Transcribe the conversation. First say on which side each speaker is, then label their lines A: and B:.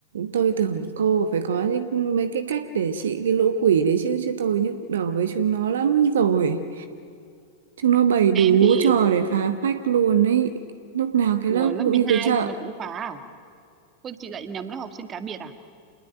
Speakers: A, on the right; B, on the right.
A: tôi tưởng cô phải có những mấy cái cách để trị cái lũ quỷ đấy chứ, chứ tôi nhức đầu với chúng nó lắm rồi. Chúng nó bày đủ
B: em thì
A: trò để phá phách luôn ấy. Lúc nào cái
B: của
A: lớp
B: lớp
A: cũng
B: mười
A: như
B: hai
A: cái chợ.
B: rồi mà cũng phá à Ôi, chị dạy nhầm lớp học sinh cá biệt à